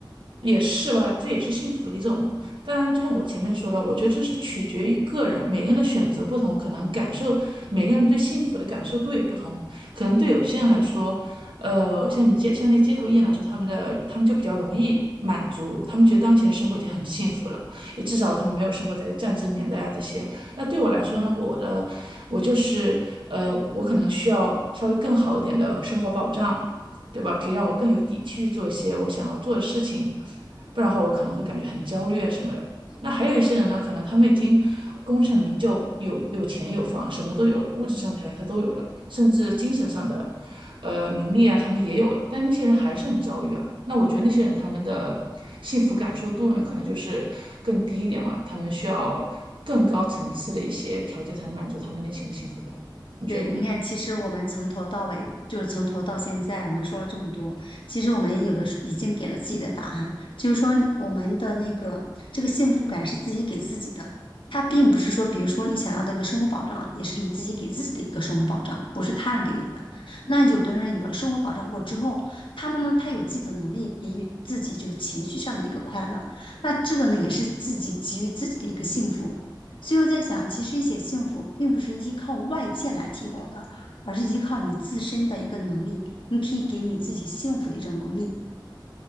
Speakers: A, on the right; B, on the left.
A: 也是吧，这也是幸福的一种。当然，就像我前面说的，我觉得这是取决于个人，每个人的选择不同，可能感受，每个人对幸福的感受度也不同。可能对有些人来说，呃，像你街像那些街头艺人来说，他们的他们就比较容易满足，他们觉得当前的生活已经很幸福了，也至少他们没有生活在战争年代啊这些。那对我来说呢，我的我就是呃，我可能需要稍微更好一点的生活保障。对吧？可以让我更有底气去做一些我想要做的事情，不然的话我可能会感觉很焦虑啊什么的。那还有一些人呢，可能他们已经功成名就，有有钱有房，什么都有了，物质上的条件他都有了，甚至精神上的，呃，名利啊，他们也有了，但那些人还是很焦虑啊。那我觉得那些人他们的幸福感受度呢，可能就是更低一点嘛，他们需要更高层次的一些条件才能满足他们内心的幸福感。你觉得呢？
B: 对，你看，其实我们从头到尾，就是从头到现在，我们说了这么多，其实我们有的时候已经给了自己的答案，就是说你我们的那个这个幸福感是自己给自己的，它并不是说，比如说你想要的一个生活保障，也是你自己给自己的一个生活保障，不是他人给你的。那有的人有了生活保障过之后，他们呢，他有自己的能力给予自己就是情绪上的一个快乐，那这个呢，也是自己给予自己的一个幸福。所以我在想，其实一些幸福并不是依靠外界来提供的，而是依靠你自身的一个能力，你可以给你自己幸福的一种能力。